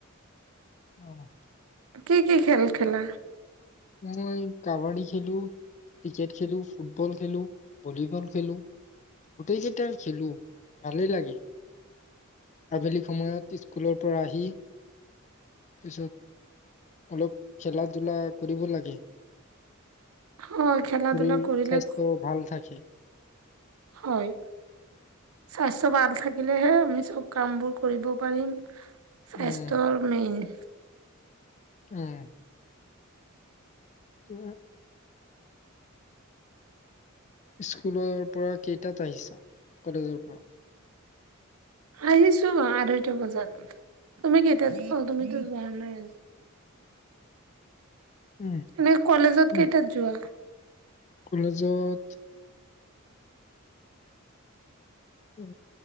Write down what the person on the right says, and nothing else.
কি কি কি খেল খেলা?
হয় খেলা
ধূলা কৰিলে,
হয়। স্বাস্থ্য ভাল থাকিলেহে আমি চব কামবোৰ কৰিব পাৰিম। স্বাস্থ্যৰ
মেইন
আহিছো আঢ়ৈটা বজাত। তুমি কেইতা? তাত অ' তুমি ত যোৱা নাই।
এনে কলেজত
কেইটাত যোৱা?